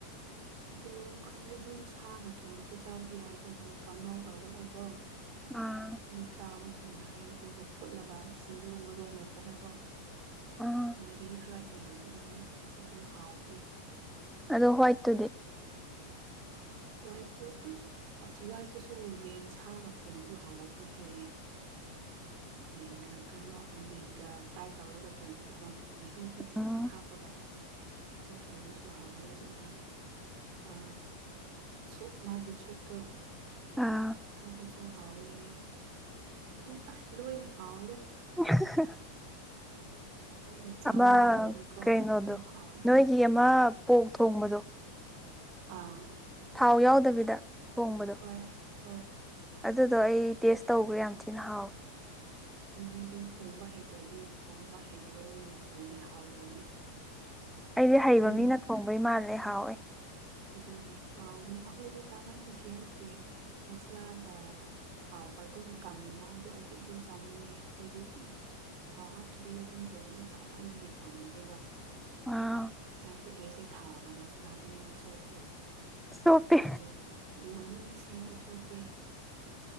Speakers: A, on the right; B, in the centre.
A: ꯑꯗꯨ ꯈꯪꯗꯦ ꯑꯗꯨꯝ ꯁꯥꯒ ꯊꯣꯡꯉꯁꯨ ꯆꯥꯕ ꯌꯥꯏ ꯑꯗꯨꯒ ꯀꯥꯡꯪꯍꯥꯎ ꯇꯧꯔꯒ ꯀꯣ
B: ꯑꯥ
A: ꯑꯗꯨꯝ ꯆꯥꯕꯁꯨ ꯌꯥꯏꯑꯦ ꯑꯗꯨꯒ ꯐꯨꯠꯂꯒ ꯁꯤꯡꯖꯨ ꯃꯔꯣ ꯃꯦꯠꯄꯗꯀꯣ
B: ꯑꯥ
A: ꯉꯥꯔꯤ ꯈꯔ ꯌꯥꯝꯕꯒ ꯃꯦꯠꯄꯗꯁꯨ ꯑꯗꯨꯝ ꯍꯥꯎꯕꯅꯦ
B: ꯑꯗꯣ ꯍꯣꯏ ꯇꯗꯤ
A: ꯍꯣꯏꯇ ꯑꯁꯋꯥꯏꯗꯨꯁꯨ ꯌꯦꯟ ꯁꯥꯥꯡꯉ ꯊꯣꯡꯕꯗꯣ ꯍꯥꯎꯕꯅꯤꯍꯦ
B: <unintelligible>
A: ꯌꯦꯟꯒ ꯀꯉꯛ ꯌꯦꯟꯒ ꯐ꯭ꯔꯥꯏ ꯇꯧꯔꯒ ꯊꯣꯡꯕꯗꯨꯒꯣ ꯑꯃ ꯃꯍꯤ ꯈꯖꯤꯛꯇꯪ
B: ꯎꯝ
A: ꯍꯥꯞꯄꯒ ꯑꯗꯨ ꯊꯣꯡꯕꯁꯨ ꯍꯥꯎꯋꯦ ꯑꯗꯨꯒ ꯑ ꯁ ꯃꯥꯒꯤ ꯁꯇꯣ
B: ꯑꯥ
A: ꯊ ꯁ ꯍꯥꯎꯋꯦ ꯑꯗꯨꯝ ꯑꯁ ꯂꯣꯏꯅ ꯍꯥꯎꯋꯦꯗ
B: <unintelligible>
A: ꯑꯩꯈꯣꯏꯅ ꯆꯥꯕ
B: ꯑꯃ
A: ꯍꯩꯔꯗꯤꯀꯣ
B: ꯀꯩꯅꯣꯗꯣ
A: ꯑꯗꯨꯝ ꯍꯥꯎꯋꯦ
B: ꯅꯣꯏꯒꯤ ꯑꯃ ꯄꯣꯛ ꯊꯣꯡꯕꯗꯣ
A: ꯑꯥ
B: ꯊꯥꯎ ꯌꯥꯎꯗꯕꯤꯗ ꯊꯣꯡꯕꯗꯣ
A: ꯍꯣꯏ ꯍꯣꯏ
B: ꯑꯗꯨꯗꯣ ꯑꯩ ꯇꯦꯁ ꯇꯧꯈ꯭ꯔꯥ ꯌꯥꯝ ꯊꯤꯅ ꯍꯥꯎꯋꯦ
A: ꯟꯗꯤꯗꯨ ꯊꯣꯡꯕ ꯍꯩꯇ꯭ꯔꯗꯤ ꯊꯣꯡꯕ ꯍꯩꯇꯕ ꯃꯤꯅ ꯊꯣꯡꯗꯤ ꯍꯥꯎꯇꯕꯅꯤ
B: ꯑꯩꯗꯤ ꯍꯩꯕ
A: ꯑꯩ
B: ꯃꯤꯅ ꯊꯣꯡꯕꯩ ꯃꯥꯜꯂꯦ ꯍꯥꯎꯋꯦ
A: ꯑꯗꯨꯅꯦ ꯍꯥꯎꯅꯦ ꯑꯩꯈꯣꯏꯗꯤ ꯆꯥꯃꯟꯕꯒꯤ ꯍꯥꯏꯈ꯭ꯔꯦ ꯃꯁꯂꯥꯒ ꯍꯥꯎꯕ ꯑꯗꯨꯝ ꯀꯪ ꯉꯥꯎꯗꯣ ꯑꯩꯗꯤ ꯑꯗꯨꯝ ꯆꯥꯅꯤꯡꯉꯦ ꯑꯩꯣꯏꯗꯤ ꯑꯗꯨꯝ ꯊꯥꯎ ꯍꯥꯞꯇꯕꯤꯗ ꯑꯗꯨꯝ ꯊꯣꯡꯗꯨ ꯆꯥꯃꯟꯕꯒꯤ ꯇꯥꯟꯈ꯭ꯔꯦꯕ
B: ꯑꯥ
A: ꯍꯥꯏꯕꯗꯤ ꯑꯩꯁꯦ ꯊꯥꯎꯒ ꯃꯁꯂꯥꯕꯤ ꯌꯥꯝ ꯁꯣꯛ
B: ꯁꯣꯞꯄꯤ
A: ꯑꯗꯨꯗꯒꯤꯝ ꯑꯗꯨꯅꯦ ꯏꯁꯤꯡ ꯎꯆꯣꯛꯄꯤ